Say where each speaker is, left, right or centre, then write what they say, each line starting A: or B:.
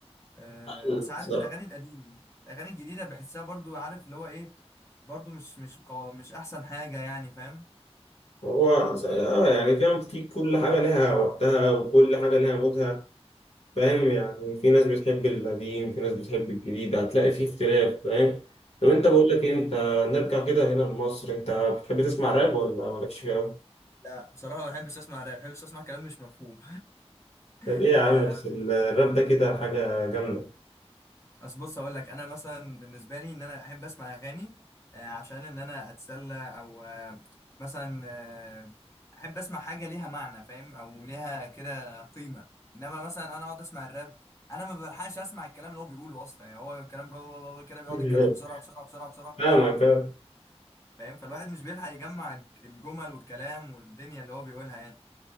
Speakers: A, on the left; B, on the left.
A: آه
B: بالظبط.
A: بس عارف الاغاني القديمه الاغاني الجديده بحسها برضو عارف اللي هو ايه برضو مش مش قو... مش احسن حاجه يعني فاهم
B: هو اه يعني فاهم في كل حاجه لها وقتها وكل حاجه لها مودها فاهم يعني في ناس بتحب القديم في ناس بتحب الجديد هتلاقي فيه اختلاف فاهم طب انت
A: اه
B: بقول لك إيه، انت نرجع كده هنا لمصر انت بتحب تسمع راب ولا مالكش فيه قوي
A: لا بصراحه ما بحبش اسمع راب ما بحبش اسمع كلام مش مفهوم
B: طب
A: <laughs>
B: ايه يا عم
A: يعني
B: بس الراب ده كده حاجة جامدة
A: بس بص اقول لك انا مثلا بالنسبه لي ان انا احب اسمع اغاني آه، عشان ان انا اتسلى او آه، مثلا آه، احب اسمع حاجه ليها معنى فاهم او ليها كده قيمه انما مثلا انا اقعد اسمع الراب انا ما بلحقش اسمع الكلام اللي هو بيقوله اصلا يعني هو الكلام بلا بلا بلا كده بيقعد
B: <laughs>
A: يتكلم بسرعه بسرعه بسرعه بسرعه
B: فاهمك آه.
A: فاهم فالواحد مش بيلحق يجمع الجمل والكلام والدنيا اللي هو بيقولها يعني